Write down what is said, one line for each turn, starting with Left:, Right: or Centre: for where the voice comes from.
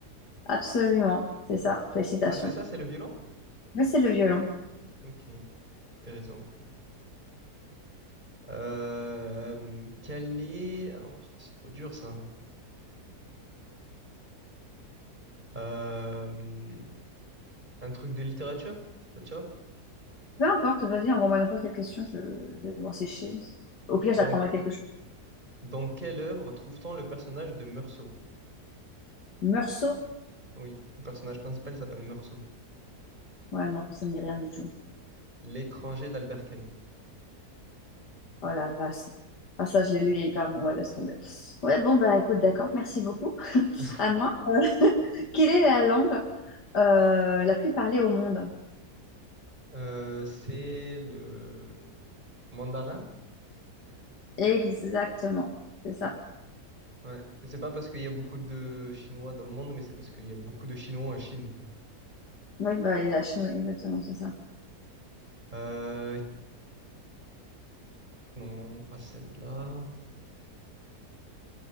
Left: absolument, c'est ça. Félicitations.
Right: Ah c'est ça, c'est le violon?
Left: Mais c'est le violon.
Right: Ok, intéressant. Euh, quel est... ah non, ça, c'est trop dur ça. Euh, un truc de littérature? Ça te chauffe?
Left: Peu importe, vas-y, envoie-moi n'importe quelle question, je, je vais voir si je sais. Au pire,
Right: Dans,
Left: j'apprendrai quelque chose.
Right: dans quelle œuvre trouve-t-on le personnage de Meursault?
Left: Meursault?
Right: Oui, le personnage principal il s'appelle Meursault.
Left: Ouais, non, ça me dit rien du tout.
Right: L'étranger d'Albert Camus.
Left: Oh la vache. Ah, ça, je l'ai lu il y a hyper longtemps. Ouais, laisse tomber. Ouais, bon, bah écoute, d'accord, merci beaucoup. <laughs>
Right: <laughs>
Left: À moi. Euh, <laughs> Quelle est la langue euh, la plus parlée au monde?
Right: Euh, c'est le Mandarin?
Left: Exactement, c'est ça.
Right: Ouais. C'est pas parce qu'il y a beaucoup de Chinois dans le monde, mais c'est parce qu'il y a beaucoup de Chinois en Chine.
Left: Oui, bah, et la Chine, oui, exactement, c'est ça.
Right: Euh, non, pas celle-là.